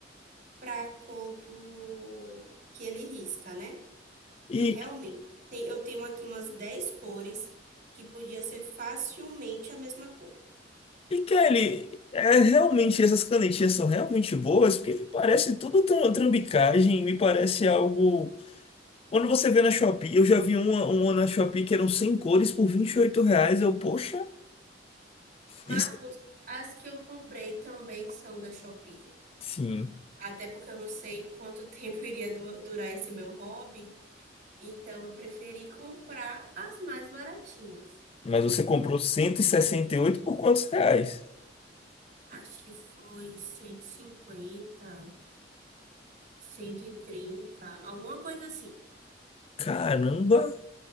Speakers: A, on the right; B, on the left.
A: para a cor do que ele risca, né?
B: E,
A: E realmente, tem- eu tenho aqui umas 10 cores que podia ser facilmente a mesma cor.
B: e Kelly, é, realmente essas canetinhas são realmente boas, porque me parece tudo tram- trambicagem, me parece algo. Quando você vê na Shopee, eu já vi uma, uma na Shopee que eram 100 cores por 28 reais. Eu, poxa,
A: Marcos,
B: isso.
A: as que eu comprei também são da Shopee.
B: Sim,
A: Até porque eu não sei quanto <laughs> tempo iria du- durar esse meu hobby. Então, eu preferi comprar as mais baratinhas.
B: mas você comprou
A: Hum,
B: cento e e sessenta e oito por quantos reais?
A: Acho que foi cento cento e cinquenta cento e trinta alguma coisa assim.
B: Caramba!